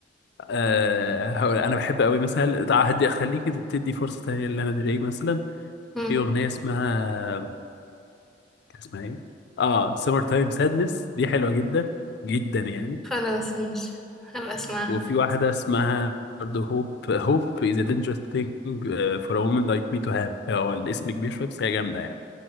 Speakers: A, on the left (about 60°); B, in the centre.
A: آه هقول انا بحب قوي مثلا تع- هدي اخليك تدي فرصه تانيه لانا دري مثلا
B: مم.
A: في اغنيه اسمها كان اسمها ايه اه سمر تايم سادنس دي حلوه جدا جدا يعني
B: خلاص ماشي هبقى اسمعها
A: وفي واحده اسمها برضه هوب هوب is a dangerous thing آه، for a woman like me to have آه، هو الاسم كبير شويه بس هي جامده يعني